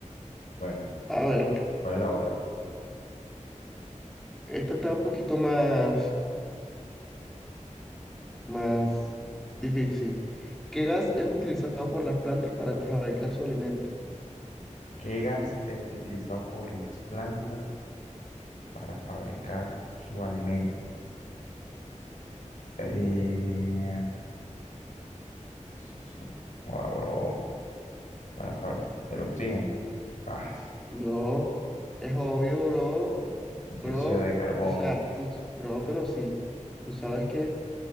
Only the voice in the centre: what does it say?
A ver,
esta está un poquito más, más difícil. ¿Qué gas es utilizado por las plantas para fabricar su alimento?
Bro, es obvio, bro.
Bro,
o sea, tú, bro, pero sí. Tú sabes que.